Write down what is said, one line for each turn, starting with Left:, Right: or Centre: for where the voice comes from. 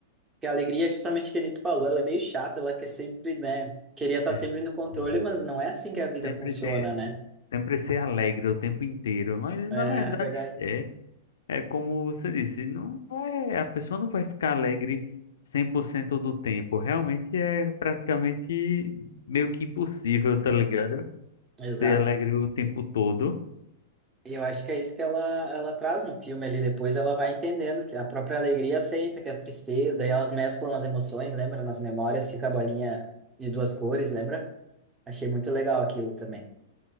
Right: Porque a alegria é justamente o que a gente falou, ela é meio chata, ela quer sempre, né? Queria estar
Left: é,
Right: sempre no controle,
Left: é,
Right: mas não é assim que a vida
Left: sempre
Right: funciona,
Left: ter,
Right: né?
Left: sempre ser alegre o tempo inteiro. Mas
Right: É
Left: na verdade,
Right: verdade.
Left: é como você disse, não vai, a pessoa não vai ficar alegre 100% do tempo. Realmente é praticamente meio que impossível, tá ligado?
Right: Exato.
Left: Ser alegre o tempo todo.
Right: E eu acho que é isso que ela, ela traz no filme ali. Depois ela vai entendendo que a própria alegria aceita, que é a tristeza, daí elas mesclam as emoções, lembra? Nas memórias fica a bolinha de duas cores, lembra? Achei muito legal aquilo também.